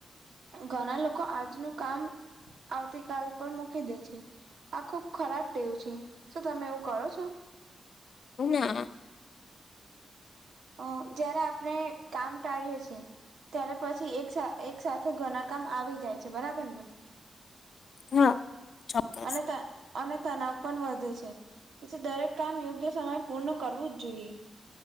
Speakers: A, on the right (about 70°); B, on the left (about 55°).
A: ઘણા લોકો આજનું કામ આવતી કલ પર મૂકી દે છે. આ ખુબ ખરાબ ટેવું છે શ તમે એવું કરો છો.
B: ના.
A: અ જયારે આપણે કામ ટાળીએ છીએ ત્યારે પછી એક. એક સાથેથે ઘણા કામ આવી જાય છે બરાબર ને.
B: હા ચોક્કસ
A: અને ત. અને તનાવ પણ વધે છે તેથી દરેક કામ યોગ્ય સમય પૂર્ણ કરવું જ જોઈએ.